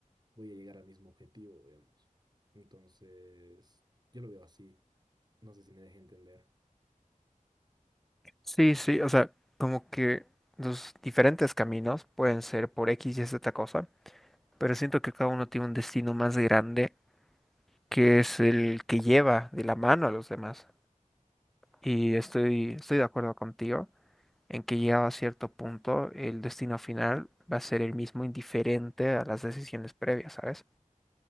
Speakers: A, on the right; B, in the centre.
A: voy a llegar al mismo objetivo, digamos. Entonces, yo lo veo así. No sé si me deje entender.
B: Sí, sí, o sea, como que los diferentes caminos pueden ser por X y Z cosa, pero siento que cada uno tiene un destino más grande que es el que lleva de la mano a los demás. Y estoy, estoy de acuerdo contigo en que llegado a cierto punto, el destino final va a ser el mismo indiferente a las decisiones previas, ¿sabes?